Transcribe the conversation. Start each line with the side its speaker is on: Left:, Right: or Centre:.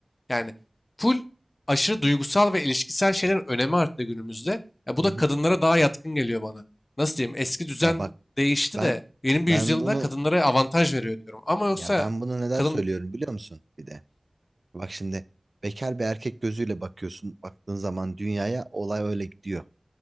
Left: Yani full aşırı duygusal ve ilişkisel şeylerin önemi arttı günümüzde. Ya bu
Right: Hı,
Left: da
Right: hı.
Left: kadınlara daha yatkın geliyor bana. Nasıl diyeyim? Eski düzen
Right: Ya bak
Left: değişti
Right: ben
Left: de yeni
Right: ben
Left: bir yüzyılda
Right: bunu
Left: kadınlara avantaj veriyor diyorum. Ama yoksa
Right: ya ben bunu neden
Left: kadın
Right: söylüyorum biliyor musun bir de? Bak şimdi bekar bir erkek gözüyle bakıyorsun. Baktığın zaman dünyaya olay öyle gidiyor.